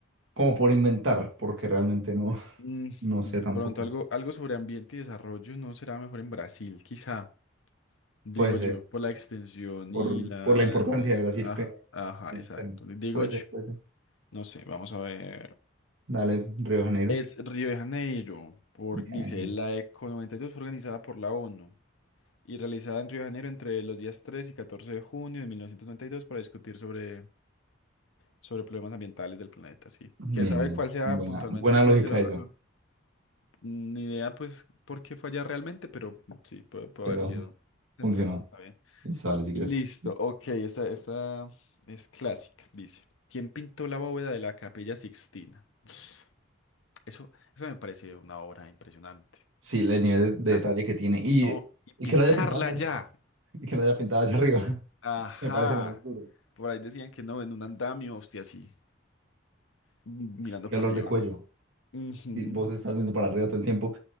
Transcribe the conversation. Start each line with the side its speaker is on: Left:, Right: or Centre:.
Right: como por inventar, porque realmente no,
Left: Mm,
Right: <laughs> no
Left: de
Right: sé tampoco.
Left: pronto, algo, algo sobre ambiente y desarrollo no será mejor en Brasil, quizá, digo
Right: Puede ser,
Left: yo, por la extensión
Right: por,
Left: y la...
Right: por la importancia
Left: el-
Right: de Brasil
Left: ah,
Right: que,
Left: ajá,
Right: en
Left: exacto.
Right: esos temas.
Left: Digo
Right: Puede
Left: yo,
Right: ser, puede ser.
Left: no sé, vamos a ver.
Right: Dale, Río de Janeiro.
Left: Es Río de Janeiro, por,
Right: Bien,
Left: dice, la ECO 92 fue organizada por la ONU y realizada en Río de Janeiro entre los días 3 y 14 de junio de 1992 para discutir sobre, sobre problemas ambientales del planeta, sí.
Right: bien,
Left: Quién sabe
Right: bien.
Left: cuál sea
Right: Buena,
Left: puntualmente,
Right: buena
Left: pues,
Right: lógica
Left: la
Right: esa,
Left: razón. Mm, Ni idea, pues, por qué fue allá realmente, pero sí, puede, puede
Right: pero
Left: haber sido central.
Right: funcionó.
Left: Está bien.
Right: Listo, Vale, si quieres.
Left: Listo, ok, esta, esta es clásica, dice. ¿Quién pintó la bóveda de la Capilla Sixtina? <sniffs> Eso, eso me parece una obra impresionante.
Right: Sí, el nivel
Left: Pintar.
Right: de detalle que tiene. Y,
Left: No, y pintarla
Right: y que lo haya pintado allá
Left: ya.
Right: arriba. <laughs> Y que lo haya pintado allá arriba.
Left: Ajá.
Right: <laughs> Me parece lo más duro.
Left: Por ahí decían que no, en un andamio, hostia, así, mm, mirando
Right: Qué
Left: para
Right: olor
Left: arriba.
Right: de cuello.
Left: Ujú.
Right: Y vos estás viendo para arriba todo el tiempo.